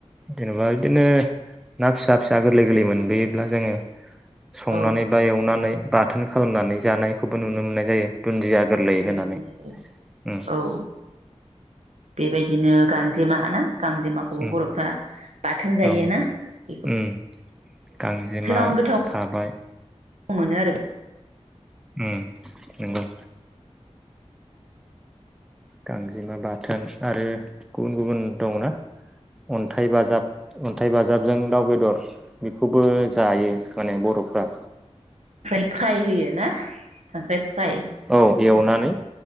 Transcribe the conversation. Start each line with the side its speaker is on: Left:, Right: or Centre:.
Centre: जेनेबा बिदिनो ना फिसा फिसा गोरलै गोरलै मोनबोयोब्ला जोङो संनानै
Right: औ
Centre: बा एवनानै बाथोन खालामनानै जानायखौबो नुनो मोननाय जायो। दुन्दिया गोरलै
Right: <unintelligible>
Centre: होनानै उम
Right: औ बेबायदिनो गांजेमा जेमा ना गांजेमाखौबो
Centre: उम
Right: बरफ्रा बाथोन जायोना
Centre: औ
Right: <unintelligible>
Centre: उम गांजेमा
Right: थोनावनो गोथाव
Centre: थाबाय
Right: मोनो आरो
Centre: उम नंगौ। गांजेमा बाथोन आरो गुबुन गुबुन दंना अन्थाइ बाजाब अन्थाइ बाजाबजों दाउ बेदर बेखौबो जायो माने बरफ्रा।
Right: <unintelligible> फ्राय होयो ना खांख्राय फ्राय
Centre: औ एवनानै